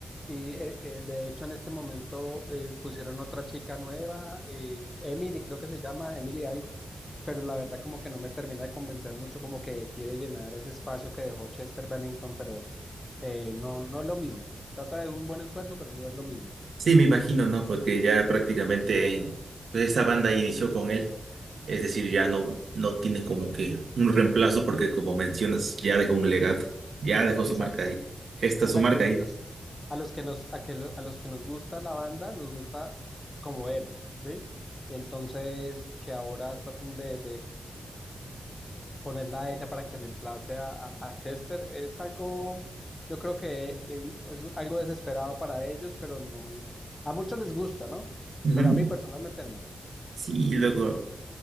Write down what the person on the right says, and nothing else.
Sí, me imagino, ¿no? Porque ya prácticamente pues, esa banda inició con él, es decir, ya no, no tiene como que un reemplazo porque como mencionas, ya dejó un legado, ya dejó
su marca ahí. Esta
es su marca
ahí.
Ujú.
Sí, luego,